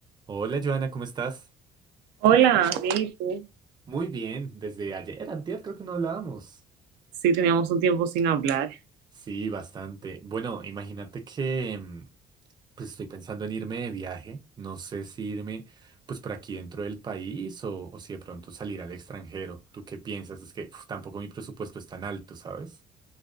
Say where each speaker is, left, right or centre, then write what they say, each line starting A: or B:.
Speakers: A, on the right; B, on the right.
A: Hola, Joana, ¿cómo estás?
B: Hola, bien, ¿y tú?
A: Muy bien, desde ayer, antier creo que no hablábamos.
B: Sí, teníamos un tiempo sin hablar.
A: Sí, bastante. Bueno, imagínate que mm, pues estoy pensando en irme de viaje. No sé si irme pues por aquí dentro del país o, o si de pronto salir al extranjero. ¿Tú qué piensas? Es que uf, tampoco mi presupuesto es tan alto, ¿sabes?